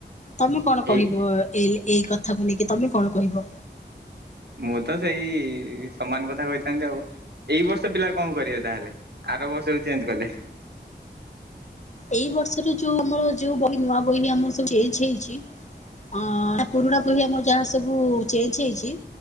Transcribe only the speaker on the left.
ତମେ କଣ କହିବ
ଏ ଏଇ କଥାକୁ ନେଇକି ତମେ କଣ କହିବ।
ଏଇ ବର୍ଷେରେ ଯୋଉ ଆମର ଯେଉ ବହି ନୂଆ ବହି ଆମର ସବୁ ଚେଞ୍ଚ ହେଇଛି ଅଁ ଆ ପୁରୁଣା ବହି ଆମର ଯାହା ସବୁ ଚେଞ୍ଚ ହେଇଛି